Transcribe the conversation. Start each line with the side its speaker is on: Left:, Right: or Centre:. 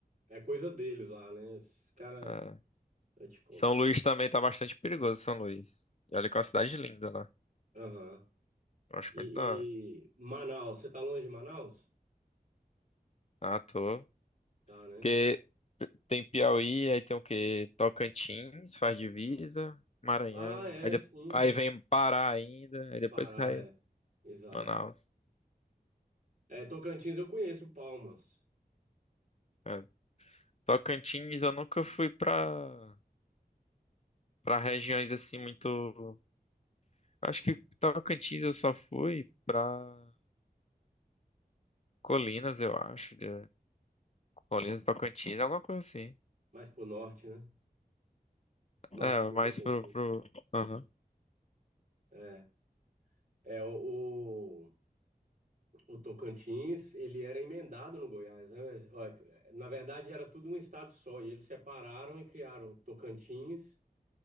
Right: É coisa deles lá, né? Os cara,
Left: É.
Right: eu te contar.
Left: São Luís também tá bastante perigoso, São Luís. E olha que é uma cidade linda lá.
Right: Aham.
Left: Eu acho
Right: E,
Left: muito da hora.
Right: e Manaus, você tá longe de Manaus?
Left: Ah, tô.
Right: Tá, né?
Left: Porque tem Piauí, aí tem o quê? Tocantins, faz divisa, Maranhão,
Right: Ah, é,
Left: aí, de-
Right: sim.
Left: aí vem Pará ainda, aí depois
Right: Pará,
Left: cai
Right: é. Exato.
Left: Manaus.
Right: É, Tocantins eu conheço Palmas,
Left: É. Tocantins eu nunca fui pra, pra regiões assim muito. Acho que Tocantins eu só fui pra Colinas, eu acho. De... Colinas, Tocantins, alguma coisa assim.
Right: mais pro norte, né? Norte
Left: É,
Right: do
Left: mais
Right: Tocantins.
Left: pro, pro... Aham.
Right: É, é o- O Tocantins, ele era emendado no Goiás, né? Mas, ó, Na verdade, era tudo um estado só, e eles separaram e criaram Tocantins